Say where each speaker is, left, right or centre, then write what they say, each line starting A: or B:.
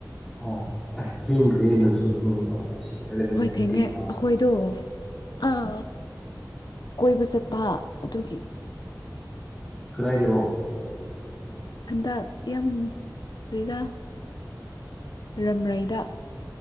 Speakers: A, in the centre; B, on the left.
A: ꯑꯣ <unintelligible>
B: ꯍꯣꯏ
A: ꯊꯥꯔꯇꯤ
B: ꯊꯦꯡꯉꯦ
A: ꯇꯥꯔꯦ
B: ꯑꯈꯣꯏꯗꯣ ꯑꯥ ꯀꯣꯏꯕ ꯆꯠꯄ ꯑꯗꯨꯒꯤ
A: ꯀꯔꯥꯏꯗꯔꯣ
B: ꯍꯟꯗꯛ ꯌꯥꯝ ꯀꯔꯤꯔ ꯔꯝꯔꯩꯗ